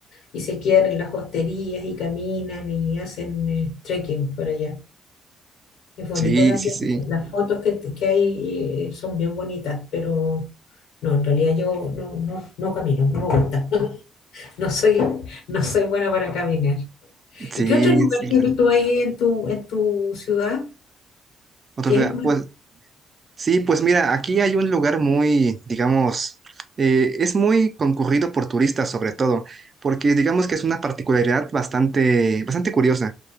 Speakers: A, on the left (about 85°); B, on the right (about 40°).
A: Y se quedan en las hosterías y caminan y hacen eh, trekking por allá. Es bonito
B: Sí,
A: también.
B: sí, sí,
A: Las fotos que, que hay eh, son bien bonitas, pero no, en realidad yo no, no, no camino, no me gusta. <laughs> No soy, no soy buena para caminar.
B: sí,
A: ¿Y qué otro lugar
B: sí,
A: tienes
B: claro.
A: tú ahí en tu, en tu ciudad?
B: Otra
A: ¿Tienes
B: ciudad,
A: más?
B: Pues sí, pues mira, aquí hay un lugar muy, digamos, eh, es muy concurrido por turistas sobre todo, porque digamos que es una particularidad bastante, bastante curiosa.